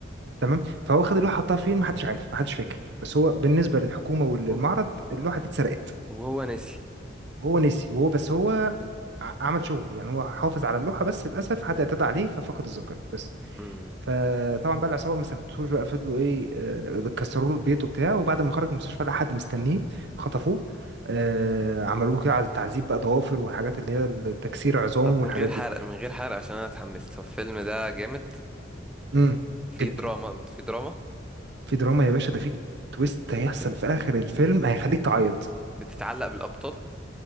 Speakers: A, on the right; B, in the centre.
A: تمام فهو خد اللوحه حطها فين محدش عارف محدش فاكر بس هو بالنسبه للحكومه وللمعرض
B: اوف
A: اللوحه دي اتسرقت
B: وهو نسي
A: وهو نسي وهو بس هو ع- عمل شغله يعني هو حافظ على اللوحة بس للأسف حد اعتدى عليه ففقد الذاكرة بس
B: مم.
A: فطبعا بقى العصابه ما سابتهوش بقى فضلوا ايه آه، كسروا له البيت وبتاع وبعد ما خرج من المستشفى لقى حد مستنيه خطفوه آه، عملوا له كده عز- تعذيب بقى ضوافر والحاجات اللي هي التكسير عظام
B: طب من
A: والحاجات
B: غير حرق
A: دي
B: من غير حرق عشان انا اتحمست هو الفيلم ده جامد
A: امم
B: في
A: جدا
B: دراما في دراما
A: في دراما يا باشا ده في تويست
B: بت...
A: هيحصل
B: بت...
A: في اخر الفيلم
B: بت...
A: هيخليك
B: بت...
A: تعيط
B: بتتعلق بالابطال